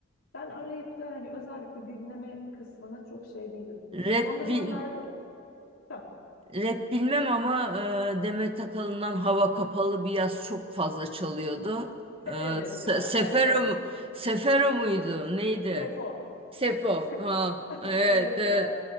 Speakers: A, on the left; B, on the right.
A: ben arayıp da hani özellikle dinleme kısmına çok şey değilim.
B: rap,
A: Son dönemlerde
B: bil-
A: Ya,
B: rap bilmem ama e, Demet Akalın'dan Hava Kapalı bir yaz çok fazla çalıyordu.
A: <laughs>
B: E, Se-
A: evet ya
B: Sefero
A: her yer.
B: mu? Sefero muydu? Neydi?
A: Sefo.
B: Sefo.
A: Se-
B: Ha,
A: <laughs>
B: evet,
A: Evet
B: evet.
A: ya.